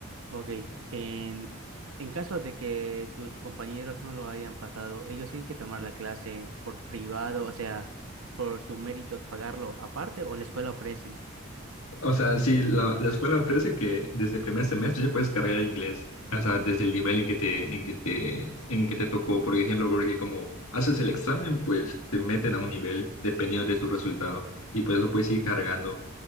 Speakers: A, on the right; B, on the left.
A: Ok. En, en caso de que tus compañeros no lo hayan pasado, ellos tienen que tomar la clase por privado, o sea, por sus méritos, pagarlo aparte o la escuela ofrece.
B: O sea, sí, la, la escuela ofrece que desde el primer semestre ya puedes cargar inglés, o sea, desde el nivel en que te, en que te, en que te tocó, por ejemplo, porque como haces el examen, pues te meten a un nivel dependiendo de tu resultado y por eso puedes ir cargando.